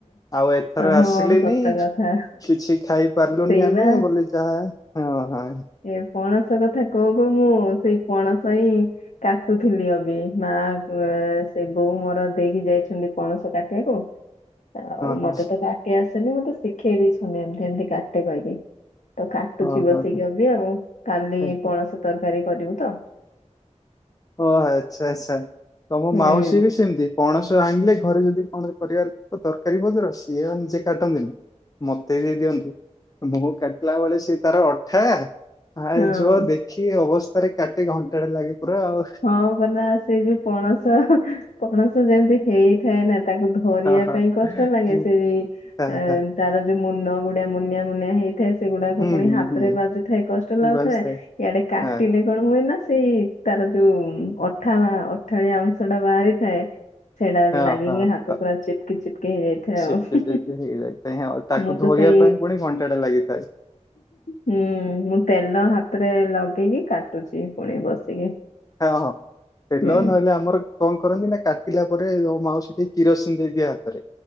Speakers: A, on the left; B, on the left.
A: ଆଉ ଏଥର
B: ହଁ
A: ଆସିଲିନି
B: ସତ କଥା
A: କିଛି ଖାଇ ପାରିଲୁନି
B: ସେଇବା
A: ଆମେ ହେ ବଲି ଯାହା ହଁ ହ।
B: ଏ ପଣସ କଥା କହୁ କଉ ମୁଁ ସେଇ ପଣସ ହିଁ କାଟୁଥିଲି ଅବି ମା ଏଁ ସେ ବୋଉ ମୋର ଦେଇକି ଯାଇଚନ୍ତି ପଣସ କାଟିବାକୁ। ଆଉ
A: ହଁ
B: ମତେ ତ କାଟି ଆସେନି ମତେ ଶିଖେଇ ଦେଇଛନ୍ତି ଏମିତି ଏମିତି କାଟେ କହିକି। ତ କାଟୁଚି
A: ହଁ
B: ବସେଇକି
A: ହଁ ହଁ
B: ଅବି ଆଉ କାଲି
A: ହଁ
B: ପଣସ ତରକାରୀ କରିବୁ ତ।
A: ଓ ଆଚ୍ଛା ଆଚ୍ଛା ତମ
B: ହୁଁ
A: ମାଉସୀ ବି ସେମିତି ପଣସ ଆଣିଲେ ଘରେ ଯଦି କଣ ପରିବାର ତରକାରୀ ପତର ସିଏ ଆଉ ନିଜେ କାଟନ୍ତିନି। ମୋତେ ବି ଦିଅନ୍ତି ମୁଁ କାଟିଲା ବେଳେ ସେ ତାର ଅଠା। ଆଁ
B: ହଁ।
A: ଯୋ ଦେଖି ଅବସ୍ଥାରେ କାଟେ ଘଣ୍ଟାଟେ ଲାଗେ ପୁରା ଆଉ।
B: ହଁ ପନା ସେଇ ଯୋଉ ପଣସ ପଣସ ଯେମିତି ହେଇଥାଏ ନା ତାକୁ ଧରିବା
A: ହଁ ହଁ
B: ପାଇଁ- କଷ୍ଟ ଲାଗେ
A: ହଁ
B: ସେ ଏଁ
A: ହଁ
B: ତାର ଯୋଉ ମୁନ ଗୁଡ଼ା। ମୁନିଆ ମୁନିଆ ହେଇଥାଏ ସେଗୁଡାକ
A: ହୁଁ
B: ପୁଣି
A: ହୁଁ
B: ହାତରେ ବାଜୁଥାଏ କଷ୍ଟ
A: ହୁଁ
B: ଲାଗୁଥାଏ
A: ବାସ୍
B: ଇଆଡେ କାଟିଲେ
A: ହଁ
B: କଣ- ହୁଏନା ସେଇ ତାର ଯୋଉ ଅଠା ବା ଅଠାଳିଆ ଅଂଶ ଟା ବାହାରିଥାଏ। ସେଟା
A: ହଁ
B: ଲାଗିକି
A: ହଁ
B: ହାତ ପୁରା ଚିପକି ଚିପକି ହେଇଯାଇଥାଏ
A: ସିପି
B: ଆଉ। ହୁଁ
A: ଚିପି
B: ହୁଁ
A: ହେଇଯାଇଥାଏ ହଁ ତାକୁ
B: ହୁଁ ମୁଁ ତ
A: ଧୋଇବା
B: ସେଇ-
A: ପାଇଁ ପୁଣି ଘଣ୍ଟାଟେ ଲାଗିଥାଏ।
B: ହୁଁ ମୁଁ ତେଲ ହାତରେ ଲଗେଇକି କାଟୁଛି ପୁଣି ବସିକି।
A: ହଁ ହଁ ତେଲ
B: ହୁଁ
A: ନହେଲେ ଆମର କଣ କରନ୍ତି ନା କାଟିଲା ପରେ- ମାଉସି ଟିକେ କିରୋସିନ ଦେଇଦିଏ ହାତରେ।